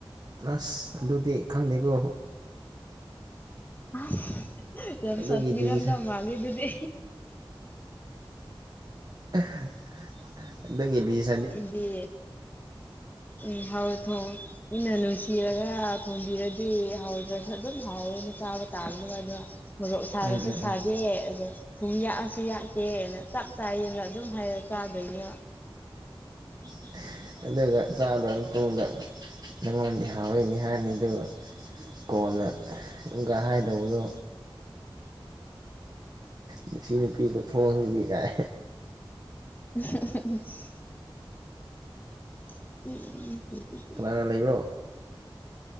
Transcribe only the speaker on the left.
ꯑꯁ ꯌꯥꯝ
ꯁꯥꯊꯤꯔꯝꯗꯧ
ꯃꯥꯜꯂꯤ ꯑꯗꯨꯗꯤ
ꯏꯗꯤ ꯎꯝ ꯍꯥꯎꯅ ꯊ‌ꯣꯡꯉꯨ ꯏꯅ ꯅꯨꯡꯁꯤꯔꯒ ꯊꯣꯡꯕꯤꯔꯗꯤ ꯍꯥꯎꯗ꯭ꯔꯁꯨ ꯑꯗꯨꯝ ꯍꯥꯎꯋꯦꯅ ꯆꯥꯕ ꯇꯥꯕꯅꯦꯕ ꯑꯗ‌ꯣ ꯃꯣꯔꯣꯛ ꯁꯥꯔꯁꯨ
ꯁꯥꯗꯦ
ꯑꯗꯣ ꯊꯨꯝ ꯌꯥꯛꯑꯁꯨ ꯌꯥꯛꯇ‌ꯣꯅ ꯆꯞ ꯆꯥꯏꯌꯦꯅ ꯑꯗꯨꯝ ꯍꯥꯏꯔ ꯆꯥꯗꯣꯏꯅꯦꯕ
<unintelligible> <unintelligible>